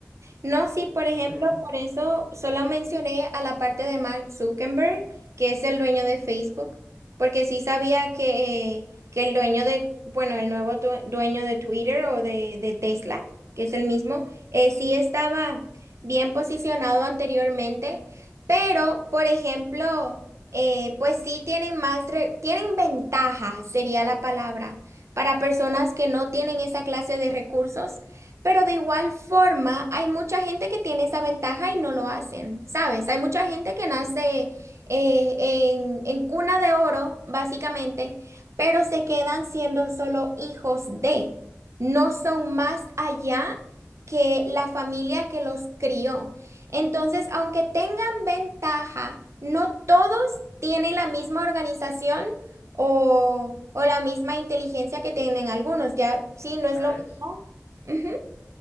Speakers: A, on the right; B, on the left.
A: No, sí, por ejemplo,
B: o sea,
A: por eso solo mencioné a la parte de Mark Zuckerberg, que es el dueño de Facebook, porque sí sabía que, que el dueño de, bueno, el nuevo due- dueño de Twitter o de, de Tesla, que es el mismo, eh, sí estaba bien posicionado anteriormente, pero, por ejemplo, eh, pues sí tienen más, re- tienen ventaja, sería la palabra, para personas que no tienen esa clase de recursos pero de igual forma, hay mucha gente que tiene esa ventaja y no lo hacen, ¿sabes? Hay mucha gente que nace eh, en, en cuna de oro, básicamente, pero se quedan siendo solo hijos de, no son más allá que la familia que los crió. Entonces, aunque tengan ventaja, no todos tienen la misma organización o, o la misma inteligencia que tienen algunos, ya sí, no es
B: ¿sabes?
A: lo mismo. Ujú.